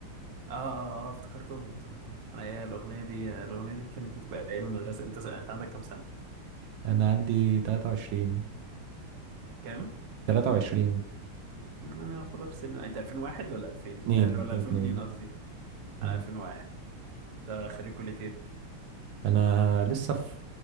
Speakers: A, on the right; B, on the right.
A: اه اه آه، افتكرتهم افتكرتهم أنا إيه الأغنية دي الأغنية دي كانت بتبقى أيام المدرسة أنت س... أنت عندك كام سنة؟
B: انا عندي 23
A: كام؟
B: 23
A: أنا يعتبر سن أنت 2001 ولا 2000
B: 2
A: ولا
B: 2
A: 2002 قصدي
B: مم.
A: أنا 2001 ده خريج كلية ايه؟
B: انا لسه في